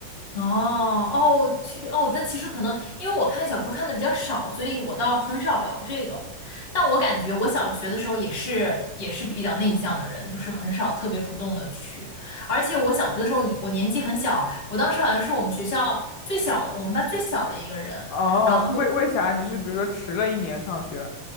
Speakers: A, on the left; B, on the left.
A: 哦哦，去哦，但其实可能因为我看小说看的比较少，所以我倒很少聊这个。但我感觉我小学的时候也是也是比较内向的人，就是很少特别主动的去。而且我小学的时候你，我年纪很小，我当时好像是我们学校最小的我们班最小的一个人。
B: 哦，
A: 然后
B: 为为啥你是比如说迟了一年上学？